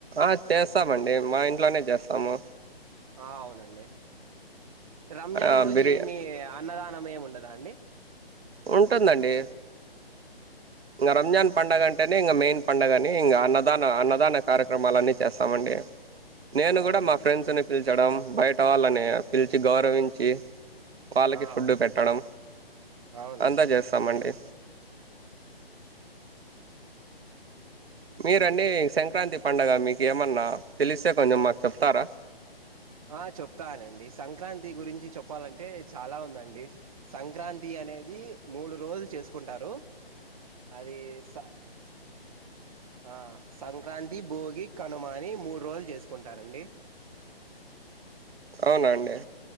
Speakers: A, on the right; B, on the right.
A: ఆహ్ చేస్తామండి మా ఇంట్లోనే చేస్తాము.
B: ఆహ్ అవునండి. రంజాన్
A: ఆ
B: రోజు
A: బిర్యా
B: ఏమి అన్నదానం ఏం ఉండదా అండి.
A: ఉంటుందండి. ఇంకా రంజాన్ పండుగ అంటేనే ఇంకా మెయిన్ పండుగ అని ఇంకా అన్నదాన అన్నదాన కార్యక్రమాలన్నీ చేస్తామండి. నేను
B: ఆ
A: కూడా
B: అవునండి
A: మా ఫ్రెండ్స్ని పిలిచడం బయట వాళ్ళని పిలిచి గౌరవించి. వాళ్ళకి
B: ఆ
A: ఫుడ్డు
B: అవునండి
A: పెట్టడం
B: అవునండి
A: అంతా చేస్తామండి. మీరండి సంక్రాంతి పండుగ మీకు ఏమన్నా తెలిస్తే కొంచెం మాకు చెప్తారా.
B: ఆహ్ చెప్తానండి సంక్రాంతి గురించి చెప్పాలంటే చాలా ఉందండి. సంక్రాంతి అనేది మూడు రోజులు చేసుకుంటారు. అది స. ఆహ్ సంక్రాంతి భోగి కనుమని మూడు రోజులు చేసుకుంటారండి.
A: అవునండి